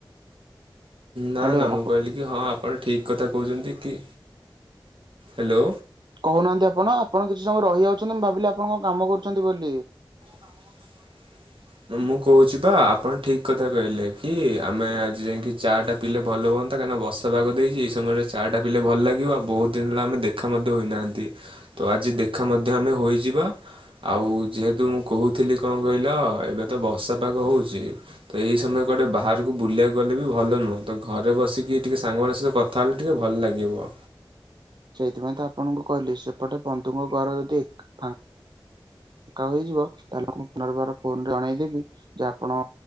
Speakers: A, on the right; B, on the right.
A: ହ୍ୟାଲୋ
B: ନା ନା ମୁଁ
A: ଆପଣ
B: କହିଲି କି ହଁ ଆପଣ ଠିକ କଥା କୋହୁଚନ୍ତି କି ହାଲୋ?
A: କୋହୁନାହାନ୍ତି ଆପଣ ଆପଣ କିଛି ସମୟ ରହିଯାଉଛନ୍ତି ମୁଁ ଭାବିଲି ଆପଣ କଣ କାମ କରୁଚନ୍ତି ବୋଲି।
B: <unintelligible> ମୁଁ କୋହୁଚି ପା ଆପଣ ଠିକ୍ କଥା କହିଲେ କି ଆମେ ଆଜି ଯାଇକି ଚା ଟା ପିଇଲେ ଭଲ ହୁଅନ୍ ନ୍ତା କାହିଁକିନା ବର୍ଷ ପାଗ ଦେଇଚି ଏଇ ସମୟରେ ଚା ଟା ପିଇଲେ ଭଲ ଲାଗିବ ଆଉ ବୋହୁତ ଦିନ ହେଲା ଆମେ ଦେଖା ମଧ୍ୟ ହୋଇନାହାନ୍ତି। ତ ଆଜି ଦେଖା ମଧ୍ୟ ଆମେ ହୋଇଯିବା। ଆଉ ଯେହେତୁ ମୁଁ ହୋହୁଥିଲି କଣ କହିଲ ଏବେ ତ ବର୍ଷା ପାଗ ହୋଉଚି। ତ ଏଇ ସମୟ କୁଆଟେ ବାହାରକୁ ବୁଲିବାକୁ ଗଲେ ବି ଭଲ ନୁହଁ। ତ ଘରେ ବସିକି ଟିକେ ସାଙ୍ଗମାନଙ୍କ ସହିତ କଥ ଥା ହେଲେ ଟିକେ ଭଲ ଲାଗିବ।
A: ସେଇଥିପାଇଁ ତ ଆପଣଙ୍କୁ କହିଲି ସେପଟେ ବନ୍ଧୁଙ୍କ ଘର ଯଦି ଏକ୍ ଫାଙ୍କ ଫାଙ୍କା ହୋଇଯିବ ତାହେଲେ ଆପଣ ପୁନର୍ବାର ଫୋନ ରେ ଅଣେଇଲେକି ଯେ ଆପଣ